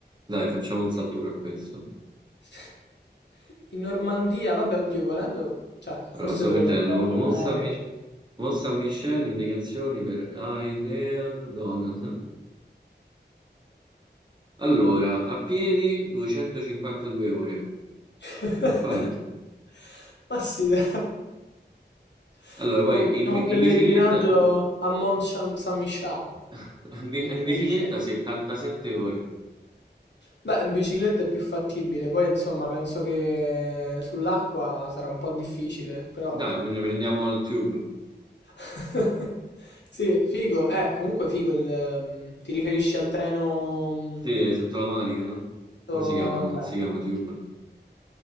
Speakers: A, on the right; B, on the left.
A: Dai, facciamo un salto per questo.
B: <laughs> in Normandia. Vabbè, oddio, volendo, cioè,
A: Allora,
B: forse
A: sto
B: dovremmo
A: mettendo
B: prendere
A: Mont
B: un aereo.
A: Saint Mich- Mont Saint Michel, indicazioni per Ailean Donan. Allora, a piedi 252 ore.
B: <laughs>
A: Si può fare?
B: Ma sì, dai. Facciamo
A: Allora, poi
B: facciamo
A: in, bi-
B: un pellegrinaggio
A: in bicicletta,
B: a Mont Cham- San Michel.
A: <laughs>
B: San
A: in bicicletta
B: Michel.
A: 77 ore.
B: Beh, in bicicletta è più fattibile, poi insomma penso che sull'acqua sarà un po' difficile, però...
A: Dai, quindi prendiamo il tube.
B: <laughs> Sì, figo, eh, comunque figo il... ehm, Ti riferisci al treno... mm,
A: Sì, sotto la manica, no?
B: to-
A: Come si chiama? Non
B: Beh.
A: si chiama Tube.